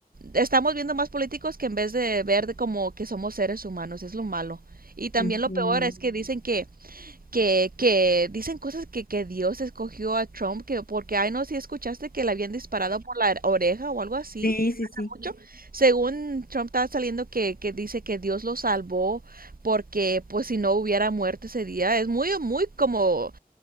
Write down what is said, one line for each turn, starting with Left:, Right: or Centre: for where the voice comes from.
Right: estamos viendo más políticos que en vez de ver de como que somos seres humanos, es lo malo. Y también
Left: ujú.
Right: lo peor es que dicen que que, que dicen cosas que, que Dios escogió a Trump, que porque, ay, no, si escuchaste que le habían disparado por la oreja o algo así,
Left: Sí, sí, sí.
Right: mucho. Según Trump estaba saliendo que, que dice que Dios lo salvó porque, pues, si no hubiera muerto ese día, es muy, muy como,